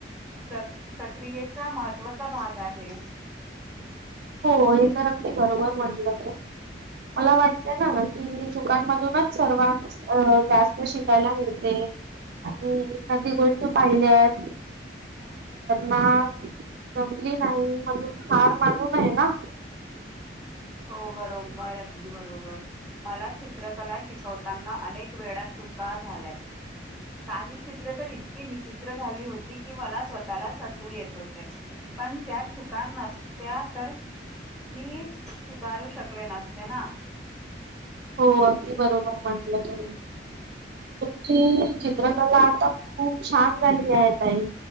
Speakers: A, in the centre; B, on the right.
A: प्र प्रक्रियेचा महत्त्वाचा भाग आहे
B: हो हे तर अगदी बरोबर म्हटलं मला वाटते ना कि चुकांमधूनच सर्वां अ जास्त शिकायला मिळते आणि कधी गोष्टी पाहिल्यात ना जमली नाही म्हणून हार मानू नये ना
A: हो बरोबरदी बरोबर मला चित्रकला शिकवताना अनेक वेळात चुका झाल्यात काही चित्र तर इतकी विचित्र झाली होती की मला स्वतःलाच हसू येत होते पण त्यात चुका नसत्या तर मी सुधारू शकले नसते ना
B: हो अगदी बरोबर म्हंटलं तुम्ही तुमची चित्रकला खूप छान झाली आहे ताई